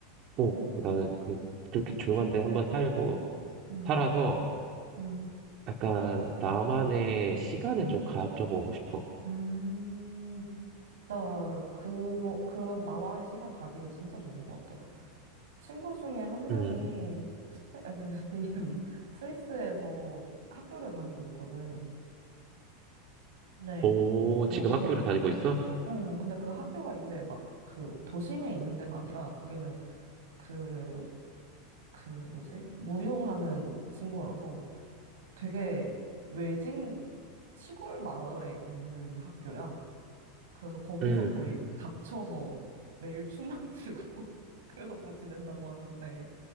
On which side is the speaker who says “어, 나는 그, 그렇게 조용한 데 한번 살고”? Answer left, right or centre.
Right